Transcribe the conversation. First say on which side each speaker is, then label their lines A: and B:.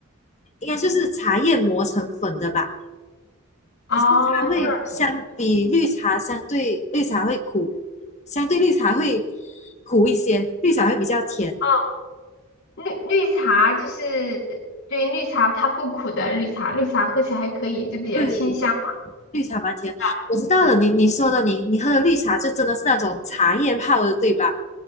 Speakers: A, on the left; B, on the left.
A: 应该就是茶叶磨成粉的吧？
B: 哦，
A: 可是它会相比绿茶相对绿茶会苦，
B: 这样
A: 相对绿茶会苦一些，绿茶会比较甜。
B: 哦，绿绿茶就是对绿茶它不苦的，绿茶绿茶喝起来还可以，就比较清香，
A: 对，
B: 是
A: 绿茶蛮甜。
B: 吧？
A: 我知道了，你你说的，你你喝的绿茶就真的是那种茶叶泡的，对吧？